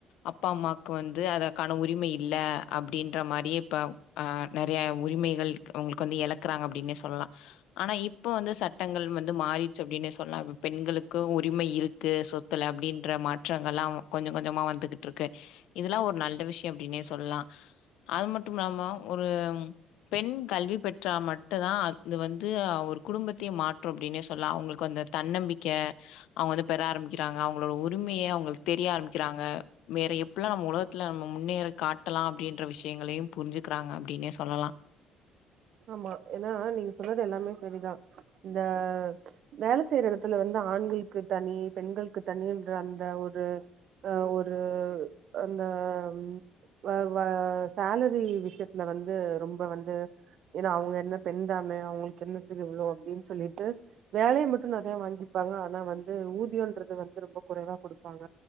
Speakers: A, on the left; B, on the right.
A: அப்பா அம்மாக்கு வந்து அதக்கான உரிம இல்ல அப்டின்ற மாரியே இப்ப ஆஹ் நெறைய உரிமைகள் அவங்களுக்கு வந்து எழக்குறாங்க அப்டின்னே சொல்லா ஆனா இப் ப வந்து சட்டங்கள் வந்து மாறிடுச்சு அப்டின்னே ச் சொல்லா பெண்களுக்கு உரிமை இருக்கு சொத்துல அப்டின்ற மாற்றங்கள்லா கொஞ்சொ கொஞ்சமா வந்துகுட்ருக்கு இதுல்லா ஒரு நல்ல விஷ் ய அப்டின்னே சொல்லா அது மட்டும் இல்லாம ஒரு ம் பெண் கல்வி பெற்றா மட்டு தா அது வந்து ஒரு குடும்பத்தையே மாற்று அப்டின்னே சொல்லா அவங்களுக்கு அந்த தன்னம்பிக்க அவங்க வந்து பெற ஆரம்பிக்கிறாங்க அவங்களோட உரிமைய அவங்களுக் தெரிய ஆரம்பிக்கிறாங்க வேற எப்பல்லா நம்ம உலகத்துல நம்ம முன்னேற காட்டலா அப்டின்ற விஷயங்களையு புரிஞ்சுக்குறாங்க அப்டின்னே சொல்லலா
B: ஆமா ஏனா நீங்க சொன்னது எல்லாமே சரிதா இந்த வேல செய்யற எடத்துல வந்து ஆண்களுக்கு தனி பெண்களுக்கு தனின்ற அந்த ஒரு அஹ் ஒரு அந்த ம் வ வா சோலரில் விஷ்யத்துல வந்து ரொம்ப வந்து எனா அவங்க என்ன பெண் தானே அவங்களுக்கு என்ன தெரியு இவ்ளோ அப்டின் சொல்லிட்டு வேலைய மட்டு நெறைய வாங்கிப்பாங்க ஆனா வந்து ஊதியொன்றது வந்து ரொம்ப கொறைவா குடுப்பாங்க